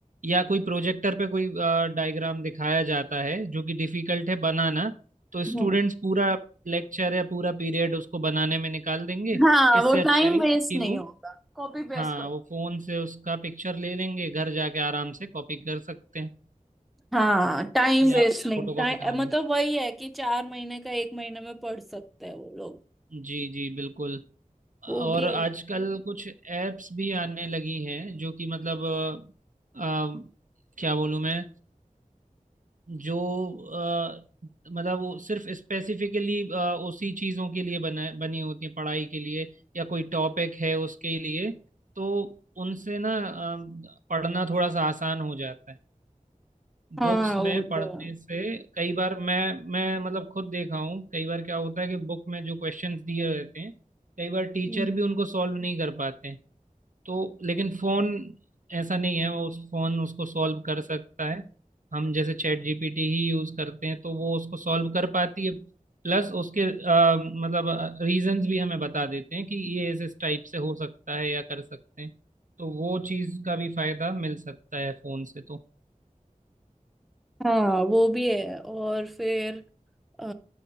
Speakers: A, on the right; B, in the centre.
A: या कोई प्रोजेक्टर पे कोई डायग्राम दिखाया जाता है जो कि डिफिकल्ट है बनाना तो स्टूडेंट्स
B: हम्म।
A: पूरा लेक्चर या पूरा पीरियड उसको बनाने में निकाल देंगे
B: हाँ
A: इससे
B: वो
A: अच्छा
B: टाइम
A: है कि
B: वेस्ट नहीं
A: वो
B: होगा कॉपी पेस्ट
A: हाँ वो फोन से उसका पिक्चर ले लेंगे घर जाके आराम से कॉपी कर सकते हैं
B: हाँ टाइम
A: या
B: वेस्ट नहीं
A: फोटो
B: टाइम
A: कॉपी करा लेंगे
B: मतलब वही है कि चार महीने का एक महीने में पढ़ सकते हैं वो लोग
A: जी जी बिल्कुल
B: वो
A: और
B: भी
A: आजकल
B: है
A: कुछ एप्स भी आने लगी हैं जो कि मतलब अ, अ, क्या बोलूँ मैं जो अ, मतलब वो सिर्फ स्पेसिफिकली उसी चीज़ों के लिए बना बनी होती है पढ़ाई के लिए या कोई टॉपिक है उसके लिए तो उनसे ना अ, पढ़ना थोड़ा सा आसान हो जाता है
B: हाँ
A: बुक्स में
B: वो
A: पढ़ने
B: तो है।
A: से कई बार मैं मैं मतलब खुद देखा हूँ कई बार क्या होता है कि बुक में जो क्वेश्चंस दिए रहते हैं कई बार टीचर
B: हम्म,
A: भी उनको सॉल्व नहीं कर पाते हैं तो लेकिन फोन ऐसा नहीं है वो उस फोन उसको सॉल्व कर सकता है हम जैसे चैट जीपीटी ही यूज करते हैं तो वो उसको सॉल्व कर पाती है प्लस उसके अ, मतलब रीजंस भी हमें बता देते हैं कि ये इस इस टाइप से हो सकता है या कर सकते हैं तो वो चीज़ का भी फायदा मिल सकता है फोन से तो
B: हाँ वो भी है और फिर अ,